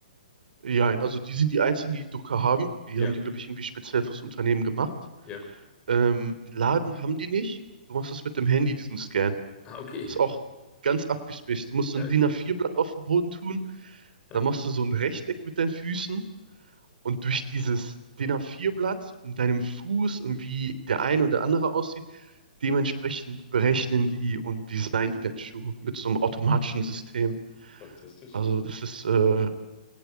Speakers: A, on the right; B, on the left.
A: Ja, also die sind die einzigen, die die Drucker haben. Die
B: Ja,
A: haben die, glaube ich, irgendwie speziell fürs Unternehmen gemacht.
B: ja.
A: Ähm, Laden haben die nicht. Du machst das mit dem Handy, diesen Scan.
B: Ah, okay.
A: Ist auch ganz abgespaced. Du musst
B: Geil.
A: so ein DIN A4-Blatt auf den Boden tun.
B: <laughs>
A: Dann machst du so ein Rechteck mit deinen Füßen und durch dieses DIN A4-Blatt und deinem Fuß und wie der eine oder andere aussieht, dementsprechend berechnen die und designen die deinen Schuh mit so einem automatischen System.
B: Fantastisch.
A: Also das ist, äh,